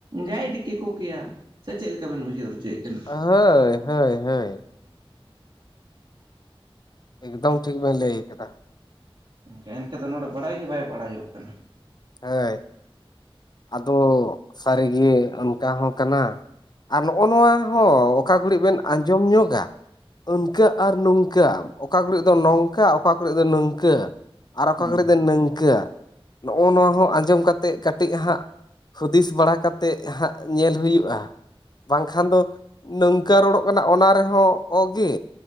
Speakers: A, on the right (about 55°); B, on the left (about 45°).
A: ᱜᱟᱭᱤᱰ ᱠᱮ ᱠᱚ ᱠᱮᱭᱟ ᱥᱮ ᱪᱮᱫ ᱞᱮᱠᱟ ᱵᱤᱱ ᱩᱭᱦᱟᱹᱨ ᱦᱚᱪᱚᱭᱮᱫ ᱠᱟᱱᱟ
B: ᱦᱳᱭ ᱦᱳᱭ ᱦᱳᱭ ᱮᱠᱫᱚᱢ ᱴᱷᱤᱠ ᱵᱤᱱ ᱞᱟᱹᱭ ᱠᱟᱫᱟ
A: ᱮᱱᱠᱷᱟᱱ ᱫᱚ ᱱᱚᱰᱮ ᱵᱟᱰᱟᱭ ᱜᱮ ᱵᱟᱭ ᱵᱟᱪᱟᱭᱚᱜ ᱠᱟᱱᱟ
B: ᱦᱮᱭ ᱟᱫᱚ ᱥᱟᱹᱨᱤ ᱜᱮ ᱚᱱᱠᱟ ᱦᱚᱸ ᱠᱟᱱᱟ ᱟᱨ ᱱᱚᱜᱼᱚ ᱱᱚᱣᱟ ᱦᱚᱸ ᱚᱠᱟ ᱜᱷᱩᱲᱤᱜ ᱵᱮᱱ ᱟᱸᱡᱚᱢ ᱧᱚᱜᱟ ᱟ. ᱱᱠᱟᱹ ᱟᱨ ᱱᱚᱝᱠᱟᱹ ᱚᱠᱟ ᱠᱚᱨᱮ ᱫᱚ ᱱᱚᱝᱠᱟ ᱚᱠᱟ ᱠᱚᱨᱮ ᱫᱚ ᱱᱟ. ᱝᱠᱟᱹ ᱟᱨ ᱚᱠᱟ
A: ᱦᱩᱸ
B: ᱜᱷᱟᱹᱲᱤᱡ ᱫᱚ ᱱᱤᱝᱠᱟᱹ ᱱᱚᱜᱼᱚᱭ ᱱᱚᱣᱟ ᱦᱚᱸ ᱟᱸᱡᱚᱢ ᱠᱟᱛᱮ ᱠᱟᱹᱴᱤᱡ ᱦᱟᱸᱜ ᱦᱩᱫᱤᱥ ᱵᱟᱲᱟ ᱠᱟᱛᱮᱫ ᱦᱟᱸᱜ ᱧᱮᱞ ᱦᱩᱭᱩᱜᱼᱟ ᱵᱟᱝᱠᱷᱟᱱ ᱫᱚ ᱱᱚᱝᱠᱟᱹ ᱨᱚᱲᱚᱜ ᱠᱟᱱᱟ ᱚᱱᱟ ᱨᱮᱦᱚᱸ ᱚᱜᱮ